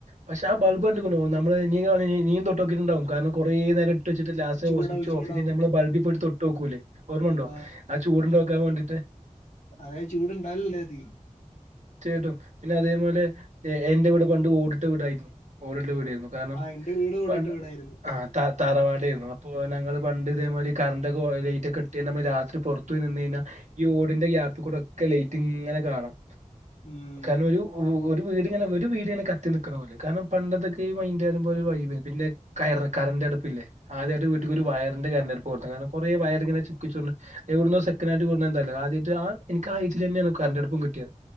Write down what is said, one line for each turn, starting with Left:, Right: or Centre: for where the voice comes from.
Right: പക്ഷെ ആ ബൾബ് കണ്ട്ക്ക്ണോ നമ്മള് നീ നീ തൊട്ട് നോക്കിട്ടുണ്ടാവും കാരണം കുറേ നേരം ഇട്ട് ട്ട് വെച്ചിട്ട് ലാസ്റ്റ്
Left: ചൂടാവും
Right: ഓ സ്വിച്ച് ഓഫ്
Left: ചൂടാവും
Right: ചെയ്ത് കഴിഞ്ഞ നമ്മൾ ബൾബി പോയിട്ട് തൊട്ട് നോക്കൂല്ലേ ഓർമ്മണ്ടോ
Left: ആഹ്
Right: ആ ചൂടുണ്ടോക്കാൻ വേണ്ടിയിട്ട്
Left: അതായ് ചൂട്ണ്ടാവലുണ്ടതി
Right: ത്യായിട്ടും പിന്നെ അതേപോലെ എന്റെ വീട് പണ്ട് ഓടിട്ട വീടായിരുന്നു ഓടിട്ട വീടായിരുന്നു കാരണം
Left: ആഹ് എന്റെ വീടും ഓടിട്ട
Right: പണ്ട്
Left: വീടായിരുന്നു
Right: ആഹ് ത തറവാട് ആയിരുന്നു അപ്പോൾ ഞങ്ങള് പണ്ട് ഇതേമാരി കറണ്ടൊക്കെ ലൈറ്റ് ഒക്കെ ഇട്ടു കഴിഞ്ഞ രാത്രി പുറത്തു പോയി നിന്നു കഴിഞ്ഞാ ഈ ഓടിന്റെ ഗ്യാപ്പിൽ കൂടെ ഒക്കെ ലൈറ്റ് ഇങ്ങനെ കാണും
Left: ഉം
Right: കാരണം ഒരു ഒ ഒരു വീട്ങ്ങനെ ഒരു വീട് ഇങ്ങെനെ കത്തി നിൽക്കണ പോലെ കാരണം പണ്ടത്തൊക്കെ ഈ മൈൻഡ് പറയുമ്പം ഒരു വൈബയ്നിം പിന്നെ കയറ കറണ്ട് അടുപ്പ് ഇല്ലേ ആദ്യായിട്ട് വീട്ടിക്ക്
Left: ഉം
Right: ഒരു വയറിന്റെ കറണ്ട് അടുപ്പ് പോട്ടെ കാരണം കൊറെ വയറിങ്ങനെ ചുക്കിചുളുഞ്ഞ് എവിടുന്നോ സെക്കൻ്റ് ഹാൻഡ് കൊട്ന്നോ എന്തല്ലോ ആദ്യായിട്ട് ആഹ് ഇൻക്ക് ആ ഏയ്ജിൽ തന്നെയാണ് കറണ്ടടുപ്പും കിട്ടിയത്